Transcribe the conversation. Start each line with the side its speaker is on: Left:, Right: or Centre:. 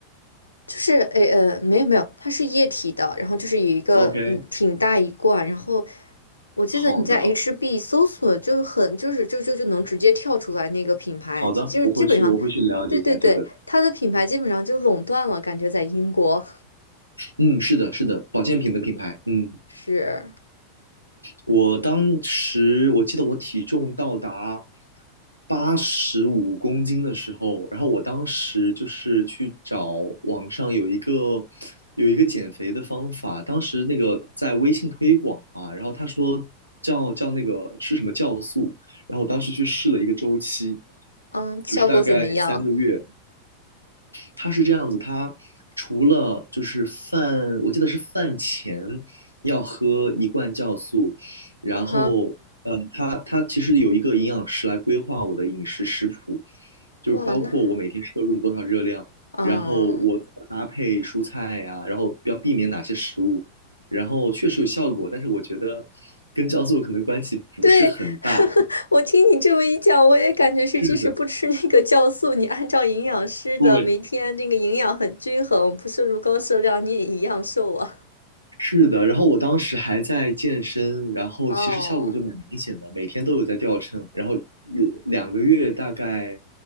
Left: 就是诶呃，没有没有，它是液体的，然后就是有一个嗯挺大一罐，
Right: OK，
Left: 然后我记得你在
Right: 好的。
Left: HB 搜索就是很就是就就就能直接跳出来那个品牌，
Right: 好的，
Left: 就就是基本上，
Right: 我会去，我会去了解一下这个的。
Left: 对对对，它的品牌基本上就垄断了，感觉在英国
Right: 嗯，是的，是的，保健品的品牌。嗯，
Left: 是，
Right: 我当时我记得我体重到达八十五公斤的时候，然后我当时就是去找网上有一个有一个减肥的方法，当时那个在微信推广嘛，然后他说叫叫那个吃什么酵素，然后我当时去试了一个周期，
Left: 嗯，效果怎么样？
Right: 就是大概三个月。他是这样子，他除了就是饭，我记得是饭前要喝一罐酵素，然后，
Left: 嗯哼，
Right: 呃，他他其实有一个营养师来规划我的饮食食谱，就是包括我每天摄入多少热量，
Left: 哇，那嗯。
Right: 然后我怎么搭配蔬菜呀、然后要避免哪些食物，然后确实有效果，但是我觉得跟酵素可能关系不是很大。
Left: 对，<laughs> 我听你这么一讲，我也感觉是，
Right: 是的，
Left: 即使不吃那个酵素，你按照营养师的每天那个营养很均衡，
Right: 对，
Left: 不摄入高热量，你也一样瘦啊。
Right: 是的，然后我当时还在健身，然后其实效果就蛮明显的，
Left: 哦，
Right: 每天都有在掉秤，然后一两个月大概，